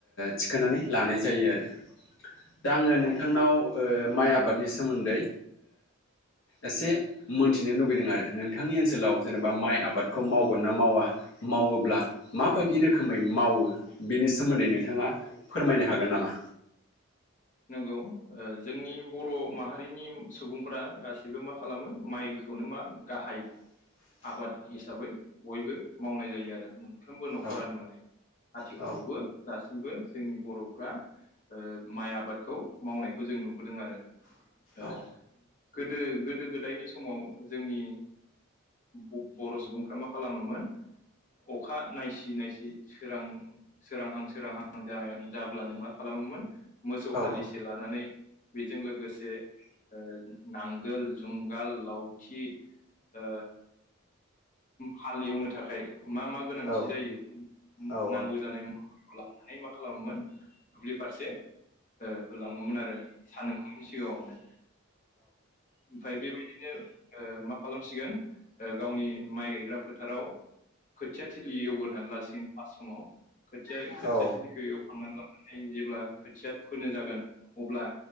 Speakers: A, on the left; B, on the left.
A: थिखांनानै लानाय जायो आरो दा आङो नोंथांनाव ओ माइ आबादनि सोमोन्दै एसे मोनथिनो लुगैदों आरो नों थांनि ओनसोलाव जेनेबा माइ आबादखौ मावगोन ना मावा मावोब्ला माबायदि रोखोमै मावो बेनि सोमोन्दै नोंथाङा फोरमायनो हागोन नामा
B: नंगौ जोंनि बर' माहारिनि सुबुंफोरा गासैबो मा खालामो माइ खौनो मा गाहाय
A: <inaudible>
B: आबाद हिसाबै बयबो मावनाय जायो आरो मोनफ्रोमबो न'खरानो
A: औ
B: माने आथिखालावबो
A: औ
B: दासिमबो जोंनि बर'फ्रा ओ माइ आबादखौ मावनायखौ जों नुबोदों आरो ओ
A: औ
B: गोदो गोदो गोदायनि समाव जोंनि ओ बर' सुबुंफ्रा मा खालामोमोन अखा नायसि नायसि सोरां सोरांहां सोरांहां जा जाब्लानो मा खालामो मोन मोसौ
A: औ
B: हालिसे लानानै बेजों लोगोसे ओ नांगोल जुंगाल लावथि ओ हाल एवनो थाखाय मा मा गोनांथि
A: औ
B: जायो
A: औ
B: नांगौ जानाय म वा लानानै मा खालामोमोन दुब्लि फारसे ओ होलाङोमोन आरो सान ओंखारैनि सिगाङावनो
A: औ
B: ओमफ्राय बेबायदि बिनो ओ मा खालामसिगोन गावनि माइ गायग्रा फोथाराव खोथिया थिलि एवगोरनानै लासिगोन फास समाव खोथिया
A: औ
B: खोथिया थिलिखौ एवखांनानै लानानै जेब्ला खोथिया फोनो जागोन अब्ला